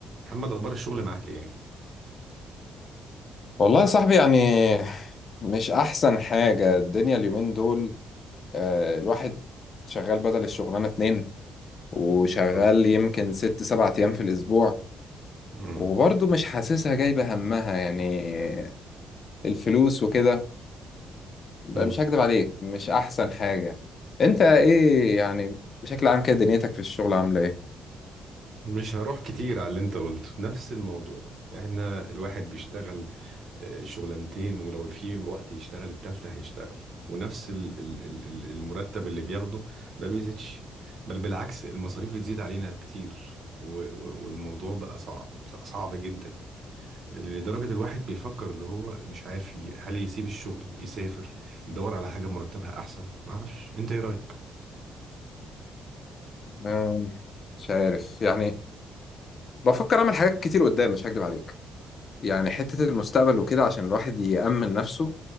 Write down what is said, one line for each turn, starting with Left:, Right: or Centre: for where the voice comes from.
Right: محمد اخبار الشغل معاك ايه
Left: والله يا صاحبي يعني مش أحسن حاجة الدنيا اليومين دول آه، الواحد شغال بدل الشغلانة اتنين وشغال
Right: مم.
Left: يمكن ست سبع أيام في الأسبوع
Right: مم.
Left: وبرضه مش حاسسها جايبة همها يعني الفلوس وكده مش
Right: مم.
Left: هكدب عليك مش أحسن حاجة أنت إيه يعني بشكل عام كده دنيتك في الشغل عاملة إيه؟
Right: مش هروح كتير على اللي انت قلته نفس الموضوع احنا الواحد بيشتغل آه، شغلانتين ولو في وقت يشتغل التالتة هيشتغل ونفس ال- ال- ال- ال- المرتب اللي بياخده ما بيزيدش بل بالعكس المصاريف بتزيد علينا كتير و- و- والموضوع بقى صعب بقى صعب جدا لدرجة الواحد بيفكر اللي هو مش عارف ي- هل يسيب الشغل يسافر يدور على حاجة مرتبها احسن معرفش انت ايه رأيك
Left: آه، مش عارف يعني بفكر أعمل حاجات كتير قدام مش هكدب عليك يعني حتة المستقبل وكده عشان الواحد يأمن نفسه